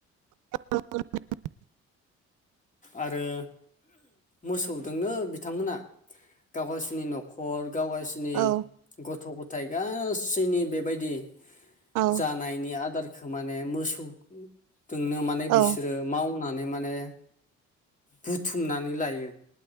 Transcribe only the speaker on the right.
<unintelligible>
औ
औ
औ